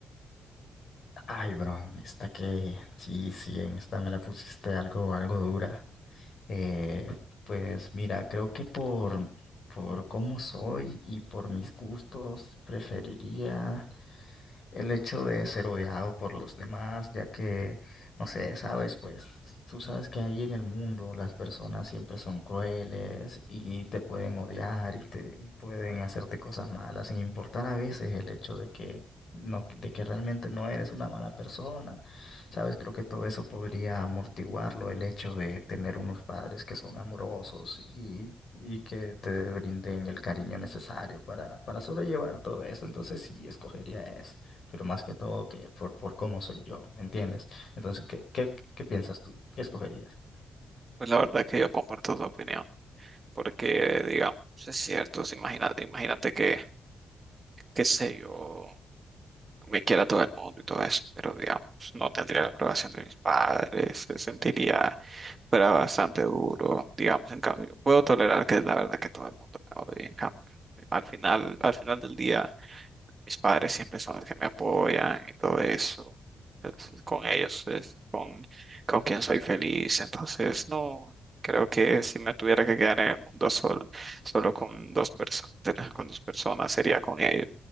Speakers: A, on the left; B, on the right.
A: Ay, bro, esta que sí, sí, en esta me la pusiste algo, algo dura. Eh, pues mira, creo que por, por cómo soy y por mis gustos, preferiría el hecho de ser odiado por los demás, ya que, no sé, sabes, pues tú sabes que ahí en el mundo las personas siempre son crueles y te pueden odiar y te y pueden hacerte cosas malas, sin importar a veces el hecho de que no, de que realmente no eres una mala persona. Sabes, creo que todo eso podría amortiguarlo el hecho de tener unos padres que son amorosos y y que te brinden el cariño necesario para, para sobrellevar todo eso. Entonces sí, escogería eso pero más que todo que por, por cómo soy yo, ¿me entiendes? Entonces, ¿qué, qué, qué piensas tú? ¿Qué escogerías?
B: Pues la verdad que yo comparto tu opinión, porque digamos, es cierto, si imagínate, imagínate que, qué sé yo, me quiera todo el mundo y todo eso, pero digamos, no tendría la aprobación de mis padres, se sentiría fuera bastante duro, digamos, en cambio, puedo tolerar que la verdad que todo el mundo me odie, en cambio, al final, al final del día. Mis padres siempre son los que me apoyan y todo eso. Entonces, con ellos es con, con quien soy feliz. Entonces, no, creo que si me tuviera que quedar en el mundo sol, solo con dos personas, con dos personas, sería con ellos,